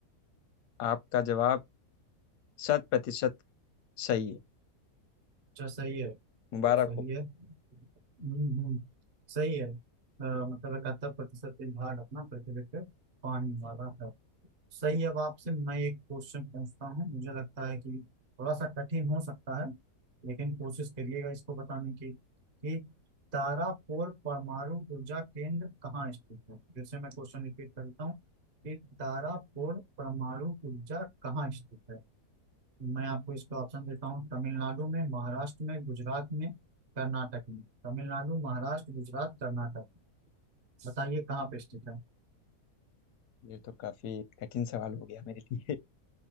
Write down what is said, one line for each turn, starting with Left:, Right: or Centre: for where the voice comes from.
Left: आपका जवाब शत प्रतिशत सही है
Right: अच्छा सही है
Left: मुबारक
Right: तो सही
Left: हो
Right: है हम्म हम्म, सही है अ, मतलब इकहत्तर प्रतिशत भाग अपना पृथ्वी पे पानी वाला है सही है अब आपसे मैं एक क्वेश्चन पूछता हूँ मुझे लगता है कि थोड़ा सा कठिन हो सकता है लेकिन कोशिश करिएगा इसको बताने की कि तारापुर परमाणु ऊर्जा केंद्र कहाँ स्थित है फिर से मैं क्वेश्चन रिपीट करता हूँ कि तारापुर परमाणु ऊर्जा कहाँ स्थित है मैं आपको इसके ऑप्शन देता हूँ तमिलनाडु में महाराष्ट्र में गुजरात में कर्नाटक में तमिलनाडु महाराष्ट्र गुजरात कर्नाटक बताइए कहाँ पे स्थित है
Left: ये तो काफी कठिन सवाल हो गया मेरे लिए